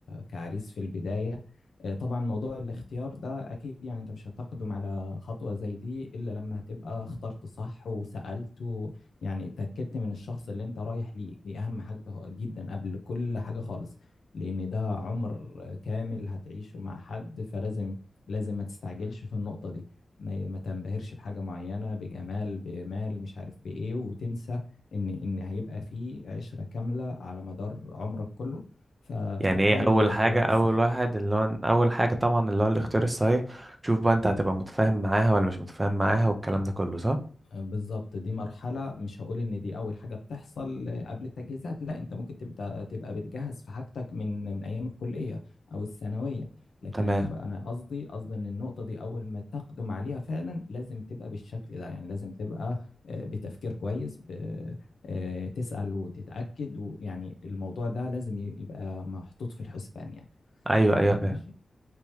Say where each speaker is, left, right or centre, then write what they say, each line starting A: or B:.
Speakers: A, on the left; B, on the right.
A: كعريس في البداية إيه، طبعا موضوع الاختيار ده أكيد يعني أنت مش هتقدم على خطوة زي دي إلا لما تبقى اخترت صح وسألت و... يعني اتأكدت من الشخص اللي أنت رايح ليه دي أهم حاجة خ- جدا قبل كل حاجة خالص لأن ده عمر كامل هتعيشه مع حد فلازم لازم ما تستعجلش في النقطة دي ما ي- ما تنبهرش بحاجة معينة بجمال بمال مش عارف بإيه وتنسى إن إن هيبقى في عشرة كاملة على مدار عمرك كله ف- فالأول
B: يعني ايه اول
A: الاختيار
B: حاجه اول
A: الصحيح
B: واحد اللي هو اول حاجه طبعا اللي هو الاختيار الصحيح شوف بقى انت هتبقى متفاهم معاها ولا مش متفاهم معاها والكلام ده كله صح
A: بالظبط دي مرحلة مش هقول إن دي أول حاجة بتحصل قبل التجهيزات لا أنت ممكن تبقى تبقى بتجهز في حاجتك من من أيام الكلية أو الثانوية لكن
B: تمام
A: أنا بقى أنا قصدي قصدي إن النقطة دي أول ما تقدم عليها فعلا لازم تبقى بالشكل ده يعني لازم تبقى آه، بتفكير كويس ب- آه، تسأل وتتأكد ويعني الموضوع ده لازم يبقى محطوط في الحسبان يعني
B: ايوه ايوه
A: ماشي
B: فاهم